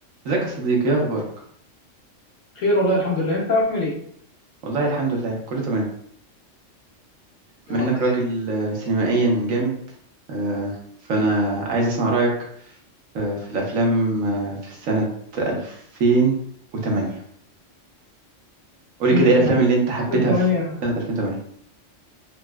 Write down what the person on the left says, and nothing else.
خير والله الحمد لله انت عامل ايه
يا
رب
دايما
2008
2008